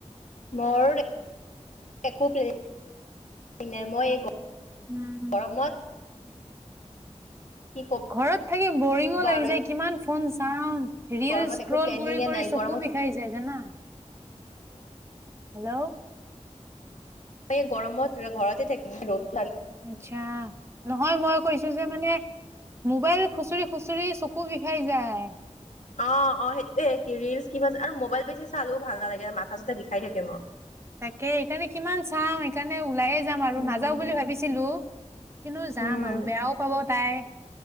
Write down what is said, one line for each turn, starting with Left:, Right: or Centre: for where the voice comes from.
Left: মোৰ একো্ পেলেন নাই মই
Right: উম উম
Left: গৰমত কি
Right: ঘৰত থাকি বৰিঙো
Left: ক'বা
Right: লাগি
Left: আৰু
Right: যায় কিমান ফোন চাওঁ ৰীল
Left: গৰমত
Right: স্ক্ৰল
Left: একো প্লেনিঙে
Right: কৰি কৰি
Left: নাই
Right: চকু
Left: গৰমত
Right: বিষাই যায় জানা হেল্লো
Left: মই গৰমত ঘৰতে থাকিম ৰ'
Right: আচ্ছা নহয় মই কৈছো যে মানে মোবাইল খুচৰি খুচৰি চকু বিষাই যায়
Left: অ অ সেইটয়ে কি ৰিলচ কিমান আৰু মোবাইল বেছি চালো ভাল নালাগে মাথা চাথা বিষাই থাকে মোৰ।
Right: তাকে এইকাৰণে কিমান চওঁ সকাৰণে ওলাএ যাম আৰু
Left: উম
Right: নাযাও বুলি ভাবিছিলো কিন্তু যাম
Left: উম
Right: আৰু বেয়াও পাব তাই